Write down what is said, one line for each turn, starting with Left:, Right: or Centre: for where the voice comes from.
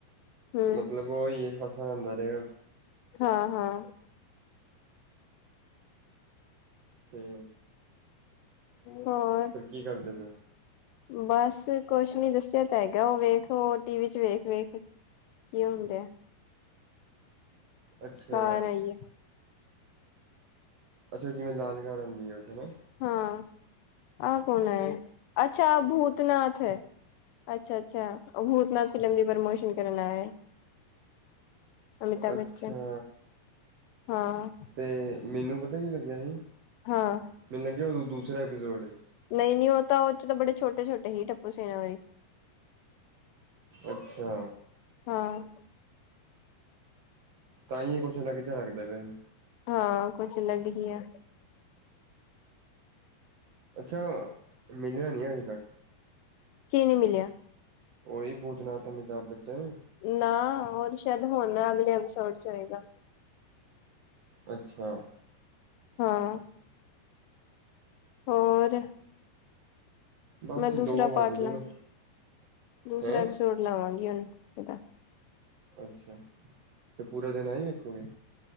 Left: ਹੂੰ
Right: ਮਤਲਬ ਓਈ ਏ ਹਸਾਨ ਡਿਆ।
Left: ਹਾਂ ਹਾਂ।
Right: ਤੇ
Left: ਹੋਰ
Right: ਫਿਰ ਕੀ ਕਰਦੇ ਪਏ ਓ
Left: ਬਸ ਕੁਛ ਨੀ ਦੱਸਿਆ ਤਾਂ ਹੈਗਾ ਓ ਵੇਖ ਓ ਟੀਵ 'ਚ ਵੇਖ ਵੇਖ। ਇ ਊਈ ਹੁੰਦਾ।
Right: ਅੱਛਾ
Left: ਕਾਰ ਆਈ ਆ।
Right: ਅੱਛਾ ਜਿਵੇਂ ਲਾਲ ਕਾਰ ਆਂਦੀ ਆ ਓਥੇ ਨਾ।
Left: ਹਾਂ ਆਹ ਕੌਣ ਐ, ਅੱਛਾ ਭੂਤਨਾਥ। ਅੱਛਾ ਅੱਛਾ ਭੂਤਨਾਥ ਫਿਲਮ ਦੀ ਪ੍ਰਮੋਸ਼ਨ ਕਰਨ ਆਇਆ। ਅਮਿਤਾਭ
Right: ਅੱਛਾ
Left: ਬੱਚਨ ਹਾਂ
Right: -ਤੇ ਮੈਨੂੰ ਪਤਾ ਕੀ ਲੱਗਿਆ ਹੀ
Left: ਹਾਂ
Right: ਮਿਨੂੰ ਲਗਿਆ ਓ ਦੂਸਰਾ ਐਪੀਸੋਡ ਏ।
Left: ਨਈ ਨਈ ਓ ਤਾਂ ਓ 'ਚ ਤਾਂ ਬੜੇ ਛੋਟੇ ਛੋਟੇ ਹੀ ਟੱਪੂ ਸੇਨਾ ਵਰੀ।
Right: ਅੱਛਾ।
Left: ਹਾਂ
Right: ਤਾਂਈਓ ਕੁਛ ਲੱਗਦਾ ਲੱਗਦਾ ਪਿਆ ਹੀ।
Left: ਹਾਂ ਕੁਛ ਲਗ ਜਿਆ।
Right: ਅੱਛਾ ਮਿਲਿਆ ਨੀ ਅਜੇ ਤੱਕ।
Left: ਕੀ ਨੀ ਮਿਲਿਆ?
Right: ਓਈ ਭੂਤਨਾਥ ਅਮਿਤਾਭ ਬੱਚਨ।
Left: ਨਾ ਓ ਤੇ ਸ਼ੈਦ ਹੋਣ ਅਗਲੇ ਐਪੀਸੋਡ 'ਚ ਹੋਏਗਾ।
Right: ਅੱਛਾ।
Left: ਹਾਂ ਹੋਰ
Right: ਬਸ
Left: ਮੈਂ ਦੂਸਰਾ
Right: ਦੋ
Left: ਪਾਟ
Right: ਵੱਜ
Left: ਲਾਵਾਂ,
Right: ਗਏ ਨੇ
Left: ਦੂਸਰਾ
Right: ਹੈਂ
Left: ਐਪੀਸੋਡ ਲਾਵਾਂਗੀ ਹੁਣ ਓਦਾ।
Right: ਅੱਛਾ ਤੇ ਪੂਰਾ ਦਿਨ ਆ ਈ ਵੇਖੋਗੇ।